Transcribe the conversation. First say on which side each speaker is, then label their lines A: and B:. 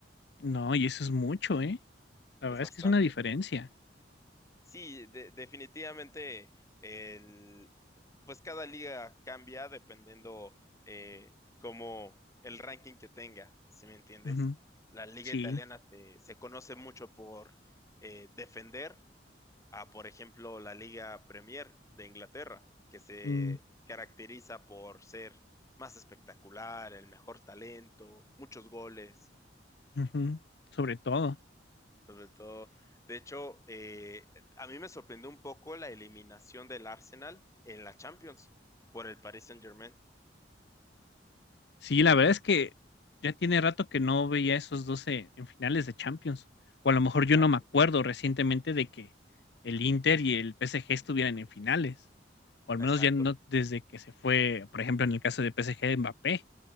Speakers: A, on the left; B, on the left.
A: No, y eso es mucho, ¿eh? La
B: Es
A: verdad
B: bastante.
A: es que es una diferencia.
B: Sí, de- definitivamente el, pues cada liga cambia dependiendo eh, como el ranking que tenga, si me entiendes?
A: Ujú,
B: La liga
A: Sí.
B: italiana se, se conoce mucho por eh, defender a, por ejemplo, la liga Premier de Inglaterra, que se
A: mm.
B: caracteriza por ser más espectacular, el mejor talento, muchos goles.
A: Ujú, sobre todo.
B: Sobre todo, de hecho, eh, a mí me sorprendió un poco la eliminación del Arsenal en la Champions por el Paris Saint-Germain.
A: Sí, la verdad es que ya tiene rato que no veía esos 2 en finales de Champions, o a lo mejor yo
B: Ay,
A: no me
B: sí.
A: acuerdo recientemente de que el Inter y el PSG estuvieran en finales, o al menos
B: Exacto,
A: ya no desde que se fue, por ejemplo, en el caso de PSG, Mbappé